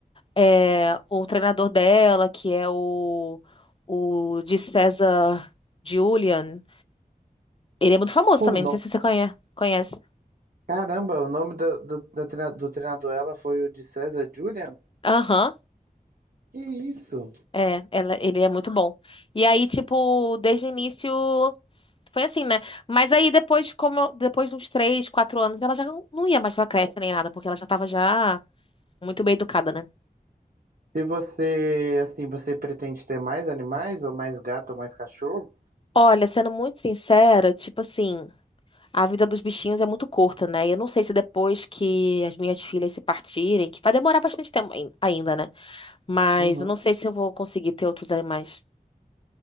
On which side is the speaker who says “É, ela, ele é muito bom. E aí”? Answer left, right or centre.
Left